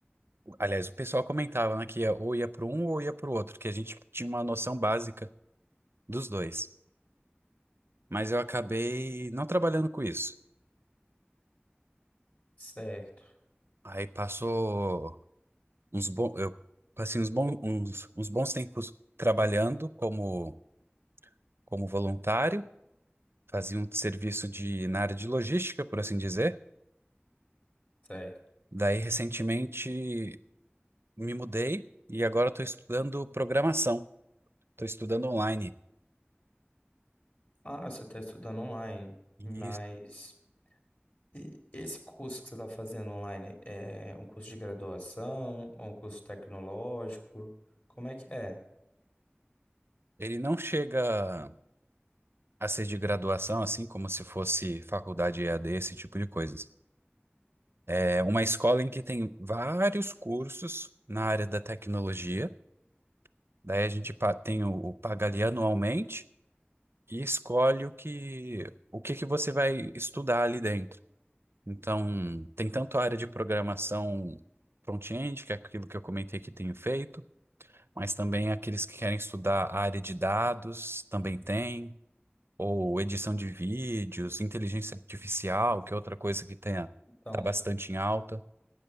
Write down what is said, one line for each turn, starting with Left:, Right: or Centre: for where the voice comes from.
Right: aliás, o pessoal comentava, né, que ia, ou ia para um ou ia para o outro, que a gente tinha uma noção básica dos dois. Mas eu acabei não trabalhando com isso.
Left: certo,
Right: Aí passou uns bons, eu passei uns bons, uns, uns bons tempos trabalhando como, como voluntário. fazia um serviço de, na área de logística, por assim dizer.
Left: certo.
Right: Daí, recentemente, me mudei e agora estou estudando programação. Estou estudando online.
Left: Ah, você está estudando online,
Right: E
Left: mas
Right: isso,
Left: E esse curso que você está fazendo online é um curso de graduação ou um curso tecnológico? Como é que é?
Right: ele não chega a ser de graduação, assim como se fosse faculdade EAD, esse tipo de coisas. É uma escola em que tem vários cursos na área da tecnologia. Daí a gente pa- tem o, o paga ali anualmente e escolhe o que, o que que você vai estudar ali dentro. Então, tem tanto a área de programação front-end, que é aquilo que eu comentei que tenho feito, mas também aqueles que querem estudar a área de dados também tem, ou edição de vídeos, inteligência artificial, que é outra coisa que tem,
Left: Então,
Right: tá bastante em alta.